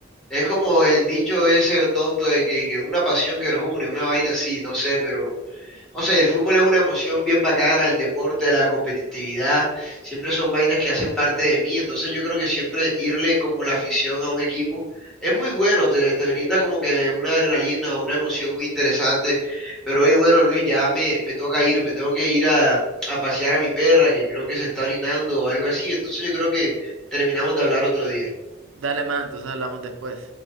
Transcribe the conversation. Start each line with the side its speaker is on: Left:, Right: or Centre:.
Centre: es como el dicho ese tonto de que, que una pasión que nos une, una vaina así, no sé, pero no sé, el fútbol es una emoción bien bacana, el deporte, la competitividad, siempre son vainas que hacen parte de mí, entonces yo creo que siempre irle como la afición a un equipo es muy bueno, te, te brinda como que una adrenalina, una emoción muy interesante, pero hoy bueno, Luis, ya me, me toca ir, me tengo que ir a, a pasear a mi perra que creo que se está orinando o algo así, entonces yo creo que terminamos de hablar otro día.
Right: Dale, man, entonces hablamos después.